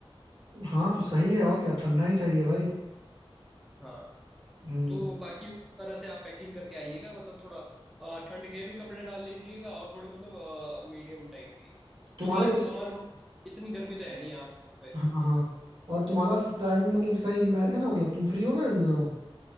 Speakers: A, on the right; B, in the centre.
A: हाँ तो सही है और क्या ठंडा ही चाहिए भाई
B: हाँ
A: हम्म
B: तो बाकी उस तरह से आप पैकिंग करके आइएगा मतलब थोड़ा अ, ठंड के भी कपड़े डाल लीजिएगा और थोड़े मतलब मीडियम टाइप भी क्योंकि
A: तुम्हारे
B: समर में इतनी गर्मी तो है नहीं यहाँ पे
A: हाँ हाँ और तुम्हारा टाइमिंग मतलब सही मैच है ना मतलब तुम फ्री हो ना इन दिनों